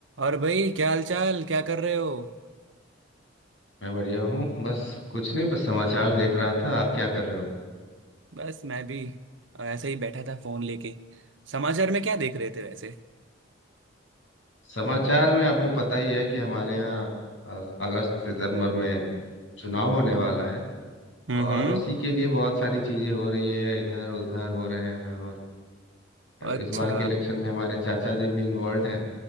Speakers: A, on the right (about 80°); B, on the left (about 75°).
A: और भाई क्या हाल चाल क्या कर रहे हो
B: मैं बढ़िया हूँ बस कुछ नहीं बस समाचार देख रहा था आप क्या कर रहे हो
A: बस मैं भी ऐसे ही बैठा था फोन लेके समाचार में क्या देख रहे थे वैसे
B: समाचार में आपको पता ही है कि हमारे यहाँ अ, अगस्त सितंबर में चुनाव होने वाला है
A: हम्म
B: और
A: हम्म
B: उसी के लिए बहुत सारी चीजें हो रही है इधर उधर हो रहे हैं और अ,
A: अच्छा
B: इस बार के इलेक्शन में हमारे चाचा जी भी इन्वॉल्व हैं